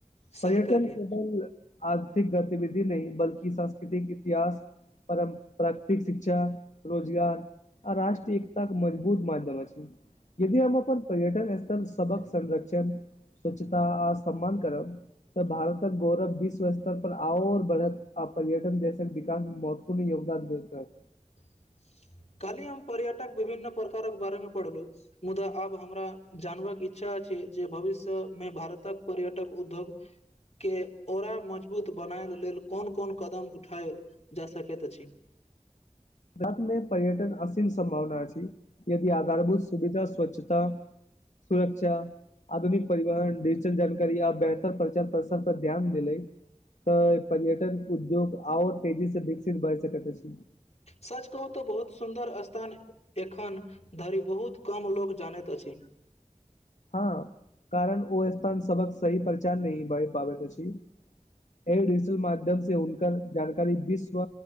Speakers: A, on the left (about 55°); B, on the left (about 75°).
A: सही
B: पर्यटन
A: कहलियै
B: केवल आर्थिक गतिविधि नहि बल्कि सांस्कृतिक इतिहास परम प्राकृतिक शिक्षा रोजगार आ रष्ट्रीय एकता के मजबूत मध्यम अछि यदि हम अपन पर्यटन स्थल सभहक संरक्षण स्वच्छता आ सम्मान करब तऽ भारतक गौरव विश्व स्तर पर आऔर बढ़त आब पर्यटन देशक विकासमे महत्वपूर्ण योगदान देतक
A: <inaudible> काली हम पर्यटक विभिन्न प्रकारक बारे मे पढ़लौ मुदा आब हमरा जान वाक इच्छा अछि जे भविष्य मे भारतक पर्यटक उद्योग के ओरा मजबूत बनायल लेल कोन कोन कदम उठायल जा सकैत अछि <inaudible>
B: गतमे पर्यटन असीम संभावना अछि यदि आधारभूत सुविधा स्वच्छता सुरक्षा आधुनिक परिवहन डिजिटल जानकारी आ बेहतर प्रचार प्रसार पर ध्यान देलै तऽ पर्यटन उद्योग और तेजी से विकसित भ सकैत अछि
A: सच कहू तऽ बहुत सुन्दर स्थान एखन धरि बहुत कम लोक जानै त अछि
B: हँ कारण ओ स्थान सबहक सही परचार नहि भ पाबैत अछि एयरडिजिटल माध्यम से उनक जानकारी विश्व